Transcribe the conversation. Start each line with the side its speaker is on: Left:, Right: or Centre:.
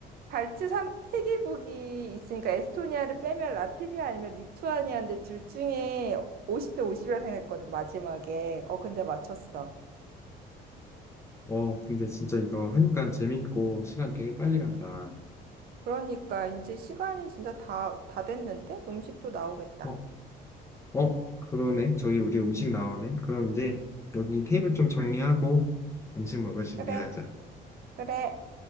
Right: 발트 삼세개국이 있으니까 에스토니아를 빼면 라트비아 아니면 리투아니아인데 둘 중에 50대 50이라 생각했거든, 마지막에. 어, 근데 맞췄어.
Left: 어, 근데 진짜 이거 하니까 재밌고 시간 되게 빨리 간다.
Right: 그러니까 이제 시간이 진짜 다, 다 됐는데? 음식도 나오겠다.
Left: 어, 어, 그러네. 저기 우리 음식 나오네. 그럼 이제 여기 테이블 좀 정리하고 음식 먹을 준비하자.
Right: 그래, 그래.